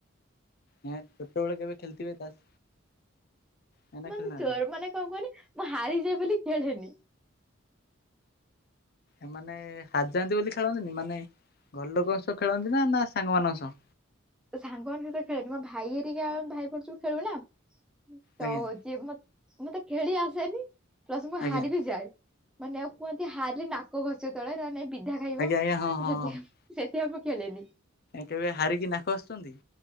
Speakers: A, on the left (about 50°); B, in the centre.
A: ହେଁ କେତେବେଳେ କେବେ ଖେଳିଥିବେ ତାସ୍? ନା ନା
B: ମାନେ
A: ଖେଳିନାହାନ୍ତି
B: ଚୋର ମାନେ କଣ କୁହନି ମୁଁ ହାରିଯାଏ ବୋଲି ଖେଳେନି।
A: ଏମାନେ ହାରିଯାନ୍ତି୍ ବୋଲି ଖେଳନ୍ତିନି ମାନେ ଘର ଲୋକଙ୍କ ସହ ଖେଳନ୍ତି ନା ନା ସାଙ୍ଗମାନଙ୍କ ସହ?
B: ସାଙ୍ଗ ମାନଙ୍କ ସହିତ ଖେଳେନି ମୋ ଭାଇ ହେରିକା ଭାଇ ଭଉଣୀ ସବୁ ଖେଳୁନା ତ
A: ଆଜ୍ଞା
B: ହଉଛି ମତେ ମୁଁ ତ ଖେଳି ଆସେନି ପ୍ଲସ ମୁଁ
A: ଆଜ୍ଞା।
B: ହାରିିବି ଯାଏ ମାନେ ଆଉ କୁହନ୍ତି ସେ ହାରିଲେ ନାକ ଘସିବ ତଳେ ତା ନାଇଁ ତ ବିଧା ଖାଇବ
A: ଆଜ୍ଞା ଆଜ୍ଞା ହଁ ହଁ
B: ସେଥିପାଇଁ
A: ହଁ
B: ମୁଁ ସେଥିପାଇଁ ମୁଁ ଖେଳେନି।
A: କେବେ ହାରିକି ନାକ ଘସିଛନ୍ତି?